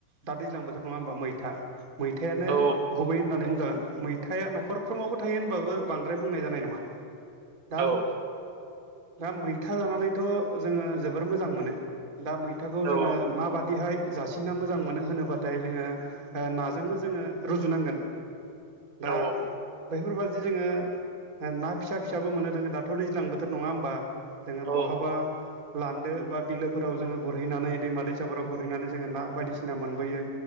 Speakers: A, on the right; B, on the right.
A: दा दैज्लां बोथोर नङा होमबा मै था मैथायानो
B: औ
A: गुबै होननानै बुंजागोन मै मैथाया न'खरफ्रोमावबो थायो होनबाबो बांद्राय बुंनाय जानाय नङा दाम
B: औ
A: दा मैथा जानानैथ' जोङो जोबोर मोजां मोनो। दा मैथाखौ
B: औ
A: जोङो माबादिहाय जासिनना मोजां मोनो होनोब्लाथाय जोङो नाजोंनो जोङो रुजुनांगोन दा
B: औ
A: बेफोरबादि जोङो ना फिसा फिसाबो मोननो थाङो दाथ' दैज्लां बोथोर नङा होमबा? जोङो
B: औ
A: बहाबा
B: नंगौ
A: लान्दो बा बिलोफोराव जोङो गुरहैनानै दैमा दैसाफोराव गुरहैनानै जोङो ना बायदिसिना मोनबोयो।